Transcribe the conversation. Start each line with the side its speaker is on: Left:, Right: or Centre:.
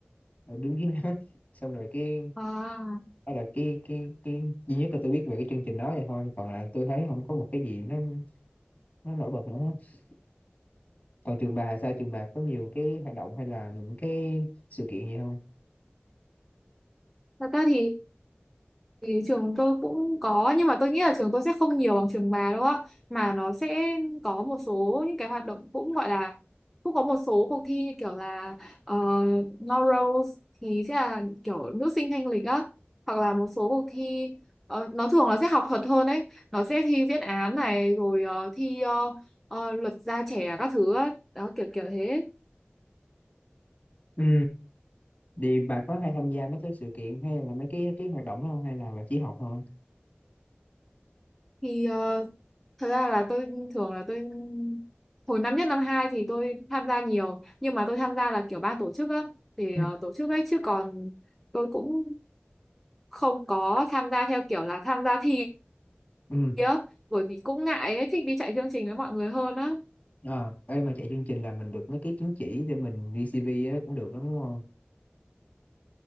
Left: ở đứng dưới nó <laughs> xong rồi cái
Centre: À,
Left: đó là cái cái cái duy nhất là tôi biết về cái chương trình đó vậy thôi còn lại tôi thấy không có một cái gì nó nó nổi bật nữa hết. còn trường bà sao trường bà có nhiều cái hoạt động hay là những cái sự kiện gì không
Centre: thật ra thì thì trường tôi cũng có nhưng mà tôi nghĩ là trường tôi sẽ không nhiều bằng trường bà đâu á mà nó sẽ có một số những cái hoạt động cũng gọi là cũng có một số cuộc thi như kiểu là uh, Laurels thì sẽ là kiểu nữ sinh thanh lịch á hoặc là một số cuộc thi ờ, nó thường là sẽ học thuật hơn ấy nó sẽ thi diễn án này rồi ờ, thi ờ, ờ, luật gia trẻ các thứ á đó kiểu kiểu thế
Left: Ừ. Thì bà có hay tham gia mấy cái sự kiện hay là mấy cái cái hoạt động đó không hay là bà chỉ học thôi?
Centre: thì ờ, thật ra là tôi thường là tôi hồi năm nhất năm hai thì tôi tham gia nhiều nhưng mà tôi tham gia là kiểu ban tổ chức á thì
Left: Ừ.
Centre: ờ, tổ chức ấy chứ còn tôi cũng không có tham gia theo kiểu là tham gia thi
Left: Ừ.
Centre: á bởi vì cũng ngại ấy thích đi chạy chương trình với mọi người hơn á
Left: À, đây mà chạy chương trình là mình được mấy cái chứng chỉ để mình VCV á, cũng được đó, đúng không?